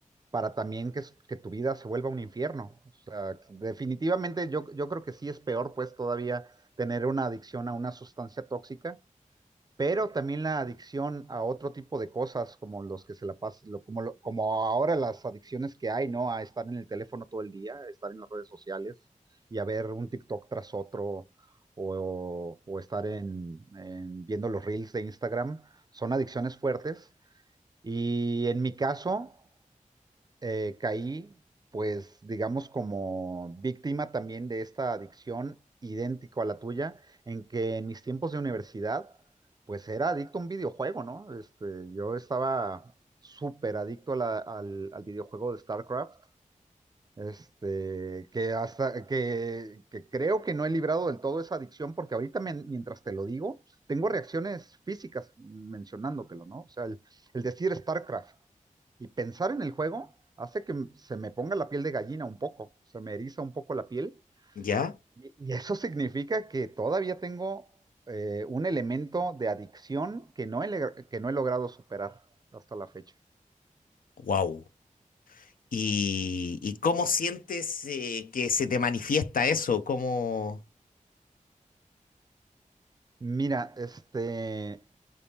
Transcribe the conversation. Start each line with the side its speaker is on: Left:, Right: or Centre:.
Right: para también que, s- que tu vida se vuelva un infierno. O sea, que definitivamente yo, yo creo que sí es peor, pues, todavía tener una adicción a una sustancia tóxica pero también la adicción a otro tipo de cosas, como los que se la pasan, como, lo- como ahora las adicciones que hay, ¿no? A estar en el teléfono todo el día, a estar en las redes sociales y a ver un TikTok tras otro o, o estar en, en viendo los reels de Instagram, son adicciones fuertes. Y en mi caso, eh, caí, pues digamos como víctima también de esta adicción idéntico a la tuya, en que en mis tiempos de universidad, pues era adicto a un videojuego, ¿no? Este, yo estaba súper adicto a la- al, al videojuego de StarCraft, este, que hasta, que, que creo que no he librado del todo esa adicción, porque ahorita men- mientras te lo digo, tengo reacciones físicas mencionándotelo, ¿no? O sea, el, el decir StarCraft. Y pensar en el juego hace que m- se me ponga la piel de gallina un poco, se me eriza un poco la piel.
Left: ¿Ya?
Right: Y, y eso <laughs> significa que todavía tengo eh, un elemento de adicción que no he, le- que no he logrado superar hasta la fecha.
Left: Wow. ¿Y, y cómo sientes eh, que se te manifiesta eso? ¿Cómo...
Right: Mira, este,